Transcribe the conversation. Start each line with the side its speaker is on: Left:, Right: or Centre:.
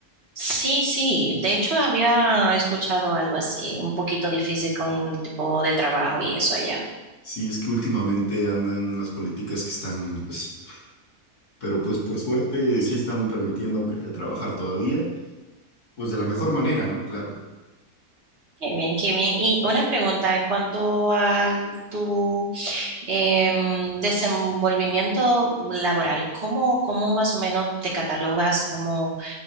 Right: Sí, sí, de hecho había escuchado algo así, un poquito difícil con el tipo de trabajo y eso allá.
Left: Sí, es que últimamente andan las políticas que están, pues, pero pues por suerte sí están permitiendo, aunque sea trabajar todavía. Pues de la mejor manera, ¿no? Claro.
Right: Qué bien, qué bien. Y una pregunta en cuanto a tu em, desenvolvimiento laboral, ¿cómo, cómo más o menos te catalogas, cómo